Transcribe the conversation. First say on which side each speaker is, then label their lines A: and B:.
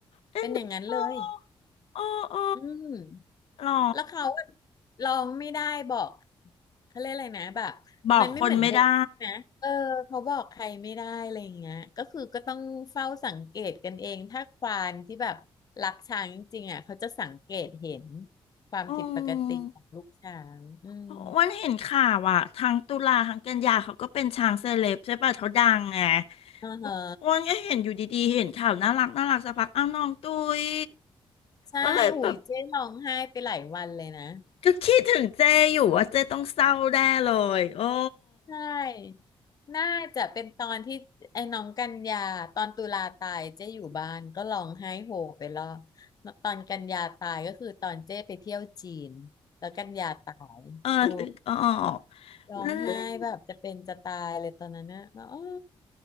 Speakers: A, on the left; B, on the left.
A: เอ็นดูโอ้
B: เป็นอย่างนั้นเลย
A: โอ้
B: อืม
A: หรอ
B: แล้วเขาอะร้องไม่ได้บอกเขาเรียกอะไรนะแบบมันไม่เหมือนเด็กใช่ไหมเออเขาบอกใครไม่ได้อะไรอย่างเงี้ยก็คือก็ต้องเฝ้าสังเกตกันเองถ้าควานที่แบบรักช้างจริงๆอ่ะเขาจะสังเกตเห็น
A: บอกคนไม่ได้
B: ความผิดปกติของลูกช้างอืม
A: อืมอ้วันเห็นข่าวอ่ะทั้งตุลาทั้งกันยาเขาก็เป็นช้างเซเลบใช่ป่ะเขาดังไง
B: อ่าฮะ
A: อ้วันก็เห็นอยู่ดีๆเห็นข่าวน่ารักน่ารักสักพักอ้าวน้องตุย
B: ใช่อุ้ยเจ๊ร้องไห้ไปหลายวันเลยนะ
A: ก็เลยแบบ ก็คิดถึงเจอยู่ว่าเจต้องเศร้าแน่เลยโอ้
B: ใช่ น่าจะเป็นตอนที่ไอ้น้องกันยาตอนตุลาตายเจ๊อยู่บ้านก็ร้องไห้โฮไปรอบตอนกันยาตายก็คือตอนเจ๊ไปเที่ยวจีนแล้วกันยาตายโอ้
A: เออตึกออก
B: ร้องไห้แบบจะเป็นจะตายเลยตอนนั้นนะแบบอ้อ
A: นั่นแหละ